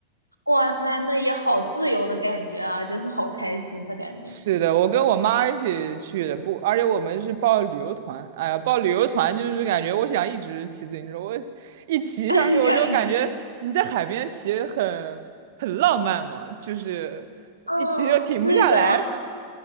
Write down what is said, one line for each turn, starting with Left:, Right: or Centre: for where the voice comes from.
Left: 哇塞，那也好自由的感觉啊，就是好开心的感觉。
Right: 是的，我跟我妈一起去的，不，而且我们是报旅游团。哎呀，报旅游团就是感觉我想一直骑自行车，我一骑上去我就感觉你在海边骑很很浪漫嘛，
Left: <laughs> 你讲一个，
Right: 就是一骑就停不下来，
Left: 嗯，对的，
Right: <laughs>